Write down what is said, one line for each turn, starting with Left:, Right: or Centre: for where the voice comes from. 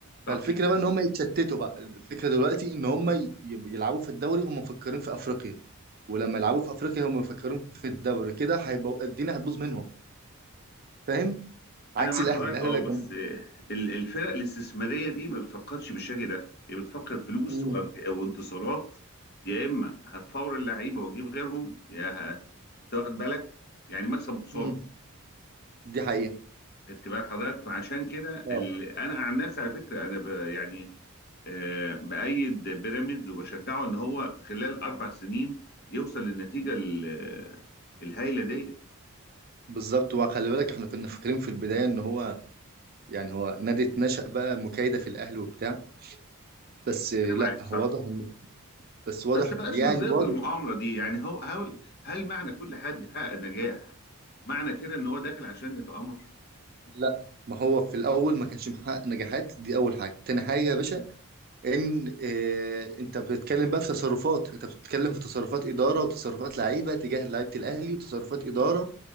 Left: صحيح
Right: فالفكره بقى ان هم يتشتتوا بقى الفكره دلوقتي ان هم ي- يلعبوا في الدوري هم مفكرين في افريقيا ولما يلعبوا في افريقيا هم مفكرين في الدوري كده هيبقى الدنيا هتبوظ منهم فاهم عكس
Left: انا مع
Right: الاهلي
Left: حضرتك
Right: الاهلي
Left: اه
Right: لا كان
Left: بس آه، ال- الفرق الاستثماريه دي ما بتفكرش بالشكل ده هي بتفكر فلوس
Right: امم
Left: وأم- وانتصارات يا اما هتفور اللعيبه وتجيب غيرهم يا ه... انت واخد بالك يعني مكسب وخساره
Right: امم دي حقيقه
Left: خدت بال حضرتك فعشان كده
Right: اه
Left: ال... انا عن نفسي على فكره انا ب... يعني آه، بأيد بيراميدز وبشجعه ان هو خلال اربع سنين يوصل للنتيجه ال- الهائله ديت
Right: بالظبط وخلي بالك احنا كنا فاكرين في البدايه ان هو يعني هو نادي اتنشأ بقى مكايده في الاهلي وبتاع بس لا
Left: انا معاك
Right: هو
Left: صح
Right: واضح ان بس واضح
Left: بس بلاش
Right: يعني
Left: نظريه
Right: واضح
Left: المؤامره دي يعني هو هل هل معنى كل حد يحقق نجاح معنى كده ان هو داخل عشان يتآمر
Right: لا ما هو في الاول ما كانش محقق نجاحات دي اول حاجه تاني حاجه يا باشا ان آه، انت بتتكلم بقى في تصرفات انت بتتكلم في تصرفات اداره وتصرفات لعيبه تجاه لعيبه الاهلي وتصرفات اداره